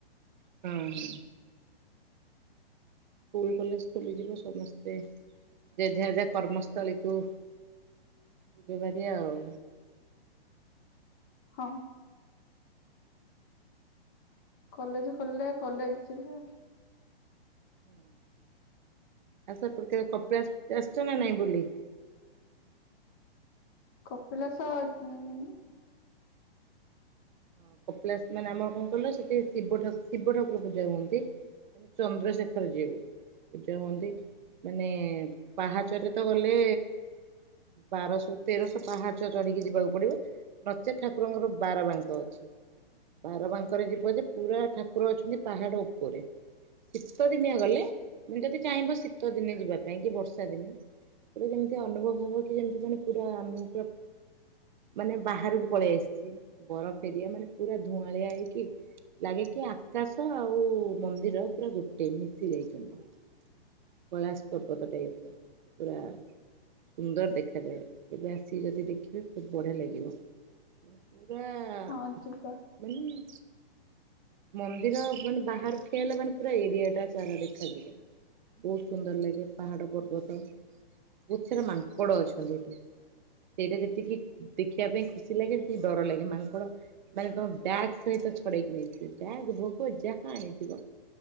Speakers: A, on the right (about 45°); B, on the left (about 20°).
A: ହୁଁ ହୁଁ। ସ୍କୁଲ କଲେଜ ଖୋଲିଯିବ ସମସ୍ତେ ଯେଝା ଯେଝା କର୍ମସ୍ଥଳୀକୁୁ ଯିବେ ଭେରି ଆଉ।
B: ହଁ। କଲେଜ ଖୋଲିଲେ କଲେଜ ଯିବେ।
A: ହଁ ଆଉ ସେପଟେ କପିଳାସ ଆସଛ ନା ନାଇଁ ବୁଲି।
B: କପିଳାସ ଯାଇନି।
A: ହଁ କପିଳାଶ ମାନେ ଆମର କଣ କହିଲ ସେଠି ଶିବ ଠାକ ଶିବ ଠାକୁର ପୂଜା ହୁଅନ୍ତି ମାନେ ଚନ୍ଦ୍ରଶେଖର ଯିଏ ପୂଜା ହୁଅନ୍ତି ମାନେ ପାହାଚରେ ତ ଗଲେ ବାରଶହ ତେରଶହ ପାହାଚ ଚଢିକି ଯିବାକୁ ପଡିବ ନଚେତ୍ ଠାକୁରଙ୍କର ବାର ବାଙ୍କ ଅଛି। ବାର ବାଙ୍କରେ ଯିବ ଯେ ପୁରା ଠାକୁର ଅଛନ୍ତି ପାହାଡ ଉପରେ ଶୀତ ଦିନିଆ ଗଲେ ତମେ ଯଦି ଚାହିଁବ ଶୀତ ଦିନି ଯିବା ପାଇଁ କି ବର୍ଷା ଦିନେ ପୁରା ଯେମିତି ଅନୁଭବ ହବ କି ଯେମିତି ମାନେ ପୁରା ଆମେ ପୁରା ମାନେ ବାହାରକୁ ପଳେଇ ଆସିଛି ବରଫ ଏରିଆ ମାନେ। ପୁରା ଧୂଆଁଳିଆ ହେଇକି ଲାଗେ କିି ଆକାଶ ଆଉ ମନ୍ଦିର ପୁରା ଗୋଟେ ମିଶି ଯାଇଛନ୍ତି। କୈଳାଶ ପର୍ବତ ଟାଇପ ର ପୁରା ସୁନ୍ଦର ଦେଖାଯାଏ। ଏବେ ଆସିକି ଯଦି ଦେଖିବେ ବହୁତ ବଢିଆ ଲାଗିବ ମାନେ ପୁ ପୁରା-ଆ-ଆ-ଆ
B: ହଁ ଯିବା
A: ମାନେ ମନ୍ଦିର ମାନେ ବାହାର ଠିଆ ହେଲା ମାନେ ପୁରା ଏରିଆ ଟା ସାରା ଦେଖାଯିବ। ବହୁତ ସୁନ୍ଦର ଲାଗେ ପାହାଡ ପର୍ବତ। ବହୁତ ସାରା ମାଙ୍କଡ ଅଛନ୍ତି ଏଠି। ସେଇଟା ଯେତିକି ଦେଖିବା ପାଇଁ ଖୁସି ଲାଗେ ସେତିକି ଡର ଲାଗେ। ମାଙ୍କଡ ମାନେ ତମ ବ୍ୟାଗ୍ ସହିତ ଛଡେଇକି ନେଇଯିବେ। ବ୍ୟାଗ୍, ଭୋଗ ଯାହା ଆଣିଥିବ